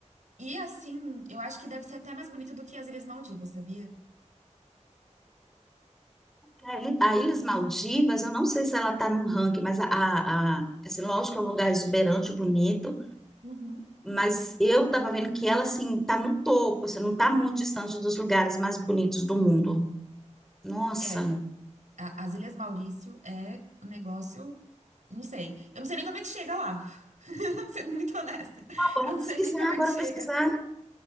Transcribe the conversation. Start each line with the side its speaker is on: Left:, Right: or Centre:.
Right: E assim, eu acho que deve ser até mais bonito do que as Ilhas Maldivas, sabia?
Centre: A Il- a Ilhas Maldivas, eu não sei se ela está no ranking, mas a, a, a- assim, lógico que é um lugar exuberante, bonito,
Right: Uhum.
Centre: mas eu estava vendo que ela assim está no topo, você não está muito distante dos lugares mais bonitos do mundo. Nossa,
Right: É, a- as Ilhas Maurício é um negócio, não sei. Eu não sei nem como é que chega lá, <laughs> sendo muito honesta.
Centre: bora
Right: Eu não
Centre: pesquisar,
Right: sei nem como é
Centre: bora
Right: que chega.
Centre: pesquisar.